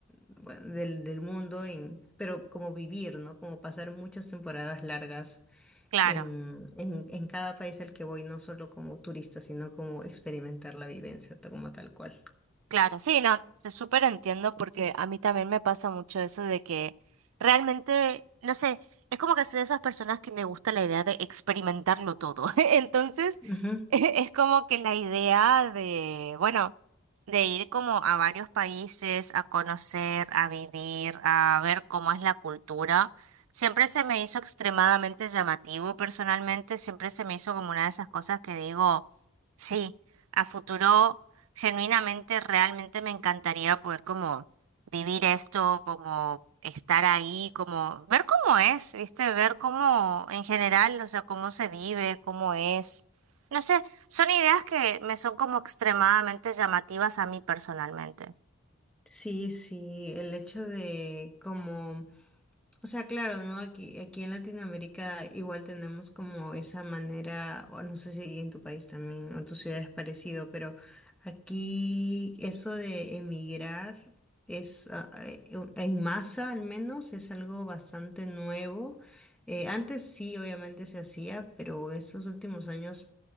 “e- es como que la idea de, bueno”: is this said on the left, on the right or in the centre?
Right